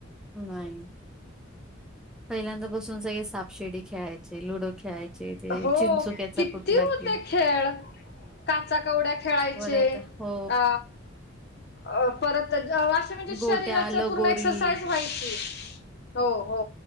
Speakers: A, in the centre; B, on the left.
A: नाही. पहिल्यांदा बसून सगळे साफ शेडी खेळायचे, लुडो खेळायचे ते
B: हो
A: चिंचुक्याचं
B: किती
A: कुठलं
B: होते
A: की
B: खेळ काचा कवड्या खेळायचे.
A: वडायचा हो
B: अ अ परत जव ते म्हणजे शरीराचं
A: गोट्या, लगोरी
B: पूर्ण म्हणजे एक्सरसाईज व्हायची हो हो.